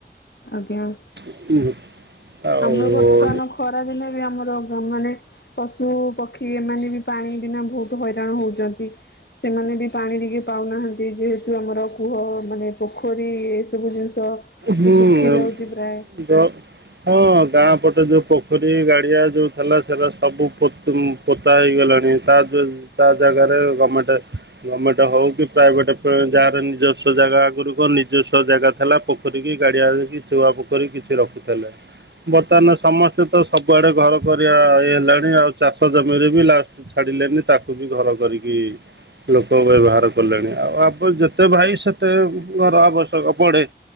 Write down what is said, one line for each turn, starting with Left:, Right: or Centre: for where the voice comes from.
Left: ଆଜ୍ଞା।
Right: <inaudible> ଆଉ
Left: ଆମର ବର୍ତ୍ତମାନ ଖରା ଦିନେ ବି ଆମର <unintelligible> ମାନେ ପଶୁ ପକ୍ଷୀ ଏମାନେ ବି ପାଣି ବିନା ବହୁତ ହଇରାଣ ହଉଛନ୍ତି। ସେମାନେ ବି ପାଣି ଟିକେ ପାଉନାହାନ୍ତି, ଯେହେତୁ ଆମର କୂହ ମାନେ ପୋଖରୀ ଏସବୁ ଜିନିଷ
Right: ହୁଁ
Left: ଶୁଖି ଯାଉଛି ପ୍ରାୟ।
Right: ଦ ହଁ ଗାଁ ପଟେ ଯୋଉ ପୋଖରୀ ଗାଡିଆ ଯୋଉ ଥିଲା ସେରା ସବୁ ପୋତ ପୋତା ହେଇଗଲାଣି, ତା ତା ଜାଗାରେ ଗମେଣ୍ଟ ଗଭର୍ଣ୍ଣମେଣ୍ଟ ହଉ କି ପ୍ରାଇଭେଟ <unintelligible> ଯାହାର ନିଜସ୍ଵ ଜାଗା ଆଗରୁ କ ନିଜସ୍ଵ ଜାଗା ଥିଲା, ପୋଖରୀକି ଗାଡିଆରେ କି ଚୁଆ ପୋଖରୀ କିଛି ରଖୁଥିଲେ। ବର୍ତ୍ତମାନ ସମସ୍ତେ ତ ସବୁଆଡେ ଘର କରିବା ହେଲାଣି, ଆଉ ଚାଷ ଜମିରେ ବି ଲାଷ୍ଟ ଛାଡିଲେନି ତାକୁ ବି ଘର କରିକି ଲୋକ ବ୍ୟବହାର କଲେଣି। ଆଉ ଆମ ଯେତେ ଭାଇ ସେତେ ଘର ଆବଶ୍ୟକ ପଡ଼େ।